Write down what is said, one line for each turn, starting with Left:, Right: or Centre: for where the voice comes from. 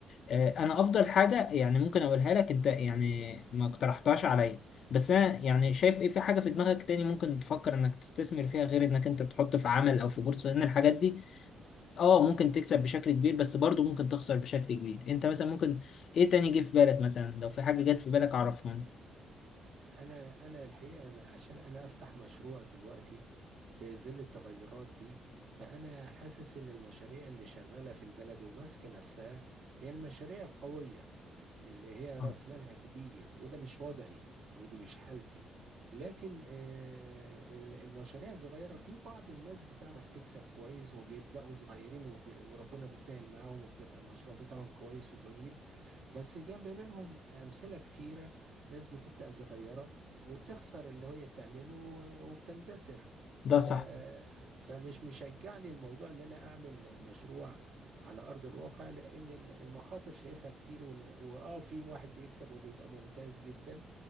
Left: آه، انا افضل حاجه يعني ممكن اقولها لك انت يعني ما اقترحتهاش عليا بس انا يعني شايف ايه في حاجه في دماغك تاني ممكن تفكر انك تستثمر فيها غير انك انت تحط في عمل او في بورصه لان الحاجات دي اه ممكن تكسب بشكل كبير بس برضه ممكن تخسر بشكل كبير انت مثلا ممكن ايه تاني جه في بالك مثلا لو في حاجه جت في بالك عرفها لي.
Right: انا انا الحقيقه ما- عشان انا افتح مشروع دلوقتي في ظل التغيرات دي فانا حاسس ان المشاريع اللي شغاله في البلد وماسكه نفسها هي المشاريع القويه اللي هي
Left: آه.
Right: راس مالها كبير وده مش وضعي ودي مش حالتي لكن آه، ال- المشاريع الصغيره في بعض الناس بتعرف تكسب كويس وبيبداوا صغيرين وب- وربنا بيسهل معاهم وبتبقى المشروع بتاعهم كويس وجميل بس جنب منهم امثله كتيره ناس بتبدأ صغيرة وبتخسر اللي هي بتعمله و- وبتندثر
Left: ده
Right: ف...
Left: صح
Right: فمش مشجعني الموضوع ان انا اعمل مشروع على ارض الواقع لان ال- المخاطر شايفها كتير وال... واه في واحد بيكسب وبيبقى ممتاز جدا